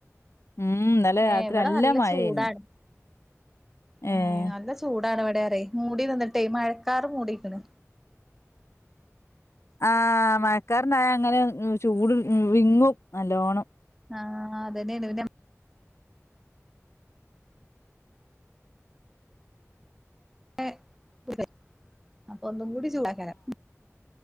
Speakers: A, on the left; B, in the centre.
A: ഉം ഇന്നലെ
B: ഏ
A: രാത്രി
B: ഇവടെ നല്ല
A: മഴേനി
B: ചൂടാണ്. ഏ
A: ഏഹ്
B: നല്ല ചൂടാണ് വെടേറ്യേ മൂടി നിന്ന്ട്ടേ മഴക്കാർ മൂടിക്കണ്.
A: ആ മ യക്കാറ്ണ്ടായ അങ്ങനെ അ് ചൂട് അ് വിങ്ങും നല്ലോണം.
B: ആഹ അതന്നെണ് പിന്ന <unintelligible> ഒന്നും കൂടി ചൂടക്കാരം.